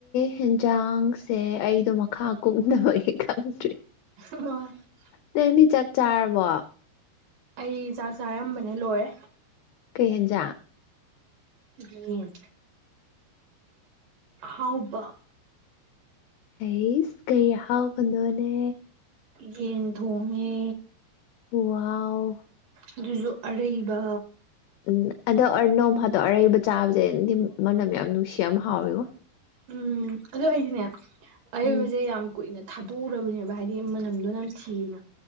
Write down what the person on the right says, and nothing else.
<unintelligible>
ꯑꯩ ꯆꯥꯛ ꯆꯥꯔꯝꯕꯅꯦ ꯂꯣꯏꯔꯦ
ꯌꯦꯟ ꯑꯍꯧꯕꯔꯣ
ꯌꯦꯟ ꯊꯣꯡꯉꯦ
ꯑꯗꯨꯖꯨ ꯑꯔꯩꯕ
ꯎꯝ ꯑꯗꯨ ꯑꯩꯗꯤꯅꯦ ꯑꯔꯩꯕꯖꯦ
ꯌꯥꯝ ꯀꯨꯏꯅ ꯊꯥꯗꯣꯛꯎꯔꯕꯅꯦꯕ ꯍꯥꯏꯗꯤ ꯃꯅꯝꯗꯣ ꯅꯝꯊꯤꯅ